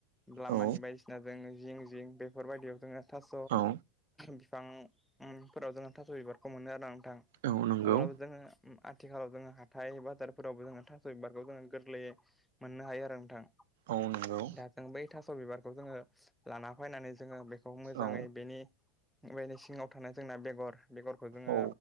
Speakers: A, in the centre; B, on the right.
A: लामानि
B: औ
A: बायदिसिना जों जिं जिं बेफोर बायदियाव जोो थास
B: औ
A: बिफांफोराव जोङो थास' बिबारखौ मोनो आरो आं थां
B: औ नंगौ
A: माब्लाबो जोङो आथिखालाव जोङो हाथाइ बाजारफोरावबो जोङो थानास' बिबारखौ जोङो गोरलैयै मोननो हायो आरो नोंथां
B: औ नंगौ
A: दा जों बै थास' बिबारखौ जोङो लाना फैनानै जोङो बेखौ मोजाङै
B: औ
A: बेनि बेनि सिङाव थानाय जोंना बेगर बेगरखौ जोङो
B: औ